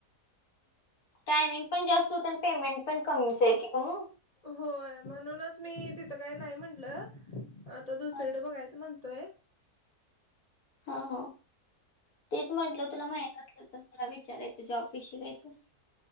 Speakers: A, on the left (about 65°); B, on the left (about 40°).
A: टायमिंग पण जास्त होतं आणि पेमेंट पण कमीच आहे की क म.
B: होय म्हणूनच मी तिथं काय नाही म्हंटलं आता दुसरकडे
A: हा.
B: बघायचं म्हण तोय
A: हा हा तेच म्हटलं तुला माहित असलं तर तुला विचारायचं जॉब विषयी काही तर.